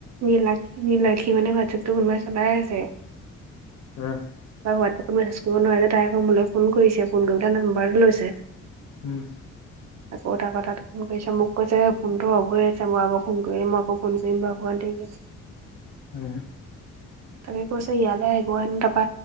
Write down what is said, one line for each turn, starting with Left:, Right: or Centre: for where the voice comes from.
Right: নীলাক্ষী নীলাক্ষীৰ মানে হোৱাটছাপটো কোনোবাই চলাই আছে।
Left: উম।
Right: তাই হোৱাটছাপটোত মেছেজ কৰিব নোৱাৰে যে, তাই আকৌ মোলে ফোন কৰিছে ফোন কৰি পেলাই নাম্বাৰটো লৈছে।
Left: উম।
Right: <inaudible> আকৌ এটা কথাত ফোন কৰিছে, মোক কৈছে ফোনটো অফ হৈ আছে মই আকৌ ফোন কৰিলে, মই আকৌ ফোন কৰিম বাৰু। ভণ্টিয়ে কি কৰিছে?
Left: হম।
Right: তাকে কৈছে ইয়ালে আহিব হেনো তাপা